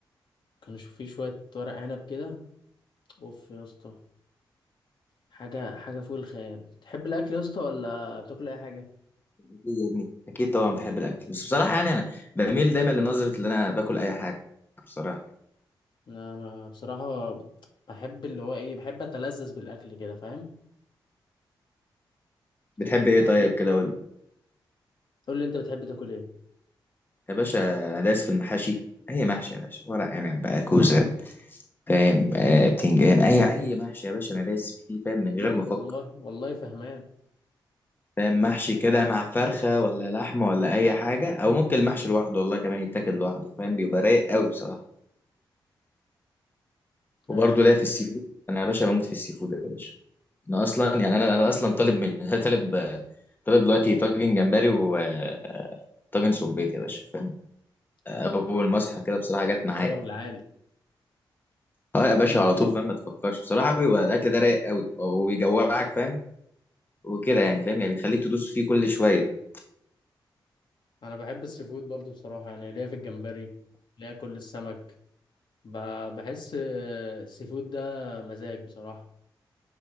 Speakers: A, on the left; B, on the left.
A: كانوا شو- في شويه ورق عنب كده اوف يا اسطى حاجه حاجه فوق الخيال تحب الاكل يا اسطى ولا بتاكل اي حاجه
B: اكيد يا ابني اكيد طبعا بحب الاكل بس بصراحه يعني انا بميل دايما لنظره ان انا باكل اي حاجه بصراحه
A: انا انا بصراحه بحب اللي هو ايه بحب اتلذذ بالاكل كده فاهم انت
B: بتحب
A: بتحب
B: ايه
A: تاكل
B: طيب
A: ايه
B: كده قول لي
A: قول لي انت بتحب تاكل ايه
B: يا باشا انا دايس في المحاشي اي محشي يا باشا ورق عنب بقى كوسه فاهم آه بتنجان اي اي محشي يا باشا انا دايس فيه فاهم من
A: فهمان
B: غير ما
A: والله
B: افكر
A: والله فهمان
B: فاهم محشي كده مع فرخه ولا لحمه ولا اي حاجه او ممكن المحشي لوحده والله كمان يتاكل لوحده فاهم بيبقى رايق قوي بصراحه وبرضه
A: آه،
B: ليا في السي فود انا يا باشا بموت في السي فود يا باشا انا اصلا يعني انا انا اصلا طالب من <laughs> طالب طالب دلوقتي طاجن جمبري وطاجن سبيت يا باشا فاهم اول
A: آه،
B: ما اصحى كده بصراحه جت معايا
A: حوار العالي
B: اه يا باشا على طول فاهم ما تفكرش بصراحه بيبقى الاكل ده رايق قوي وبيجوعك فاهم وكده يعني فاهم يعني بيخليك تدوس فيه كل شويه
A: انا بحب السي فود برضو بصراحه يعني ليا في الجمبري ليا كل السمك ب- بحس آه، السي فود ده مزاج بصراحه